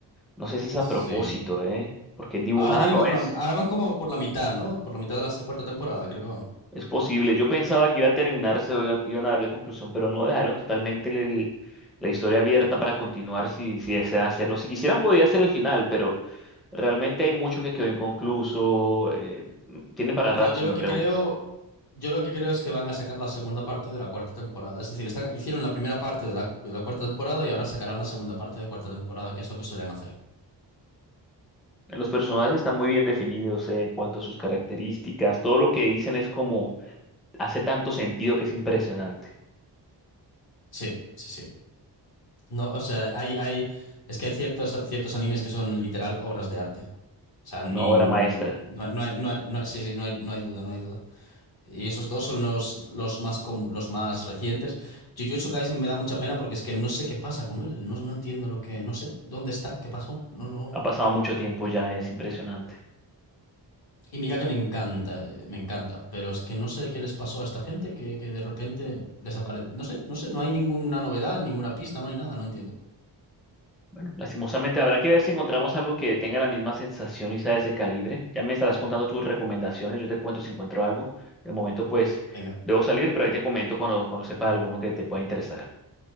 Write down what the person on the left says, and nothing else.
sí.
Ahora tienen
como
la, ahora van como por la mitad, ¿no? Por la mitad de la cuarta temporada, creo que van.
No,
yo
lo
que
creo, yo lo que creo es que van a sacar la segunda parte de la cuarta temporada. Es decir, esta- hicieron la primera parte de la, de la cuarta temporada y ahora sacarán la segunda parte de la cuarta temporada, que es lo que suelen hacer.
Sí, sí, sí. No, o sea, hay, hay, es que hay ciertos, ciertos animes que son literal obras de arte. O sea, ni,
no,
no hay, no hay- no hay- sí, sí, no hay, no hay duda, no hay duda. Y esos dos son los, los más, comu- los más recientes. Jujutsu Kaisen me da mucha pena porque es que no sé qué pasa con él. No, no entiendo lo que, no sé, dónde está, qué pasó. No, no.
Y,
y mira que me encanta, eh, me encanta, pero es que no sé qué les pasó a esta gente que, que de repente desaparece. No sé, no sé, no hay ninguna novedad, ninguna pista, no hay nada, no entiendo.
Venga,